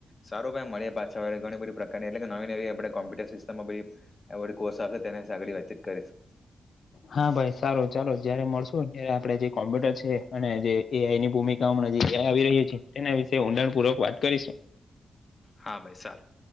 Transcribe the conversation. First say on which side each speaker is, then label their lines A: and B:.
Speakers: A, on the left; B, on the left.
A: સારું ભાઈ મળે પાછાળ ઘણીધી પ્રકારની એટલે કે નવી નવી આપણે કોમ્પ્યુટર સિસ્ટમમાં બધી. એવ કોષખે તેને સાગળડી વ્યચત કરીશું.
B: હા ભાઈ સારો ચાલો જયારે મળશો ત્યારે આપડે જે કોમ્પ્યુટર છે અને જે. એ આની ભૂમિકા નજી આવી ર્યું છે તેના વિશે ઊંડાણપૂર્વક વાત કરીશ.
A: હા ભાઈ સારું